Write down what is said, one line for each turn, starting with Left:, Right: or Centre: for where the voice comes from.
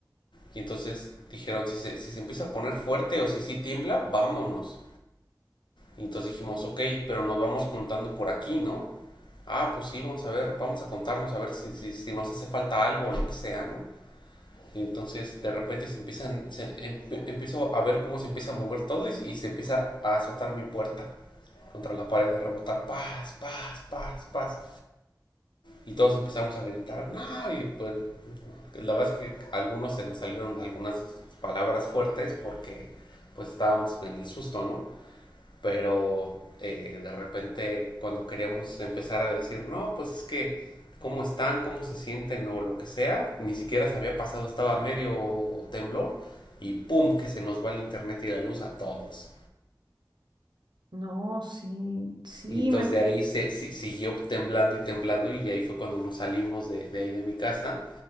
Left: Y entonces dijeron, si se, si se empieza a poner fuerte o si sí tiembla, vámonos. Y entonces dijimos, ok, pero nos vamos contando por aquí, ¿no? Ah, pues sí, vamos a ver, vamos a contarnos, a ver si, si, si nos hace falta algo o lo que sea, ¿no? Y entonces de repente se empiezan, se, em, empiezo a ver cómo se empieza a mover todo y, y, se empieza a azotar mi puerta contra la pared, a rebotar, paz, paz, paz, paz. Y todos empezamos a gritar, no, y pues la verdad es que a algunos se nos salieron algunas palabras fuertes porque pues estábamos en el susto, ¿no? pero eh, de repente cuando queríamos empezar a decir, no, pues es que cómo están, cómo se sienten o lo que sea, ni siquiera se había pasado, estaba medio temblor y pum, que se nos va el internet y la luz a todos.
Right: No, sí, sí,
Left: Y entonces
Right: me,
Left: de ahí se, si- siguió temblando y temblando y ahí fue cuando nos salimos de, de ahí de mi casa